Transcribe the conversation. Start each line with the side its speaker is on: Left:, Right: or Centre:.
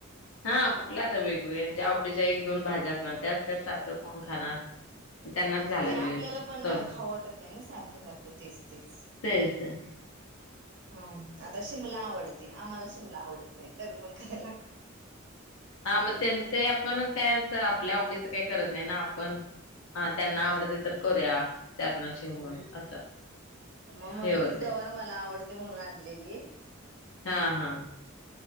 Left: हा कुठले आता वेग-वेगळे ज्या आवडीच्या एक, दोन भाज्या असणार त्याच-त्याच सारखं कोण खाणार? त्यांनाच
Right: आणि
Left: घालावी
Right: ते आपल्याला पण
Left: करून
Right: खाऊ वाटत नाही ना सारखं सारखं तेच तेच
Left: तेच तेच
Right: हम आता शिमला आवडते आम्हाला शिमला आवडत नाही तरी पण करायला लागते.
Left: हा मग तेन ते आपणच काय सगळ आपल्या आवडीचं काही करत नाही ना आपण हा त्यांना
Right: अ
Left: आवडते तर करुया त्यातंन हे हून असं
Right: मग म्हणूनच
Left: हे होते
Right: गवार मला आवडते म्हणून आणलेली
Left: हा हा